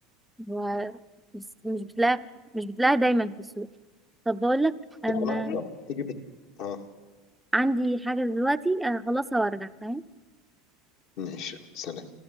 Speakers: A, in the centre; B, on the left (about 60°).
A: و... بس مش بتلاقي مش بتلاقي دايما في السوق طب بقول لك انا
B: تبقى هقول ناقصة تيجي بت... آه
A: عندي حاجة دلوقتي اخلصها وارجع تمام
B: ماشي سلام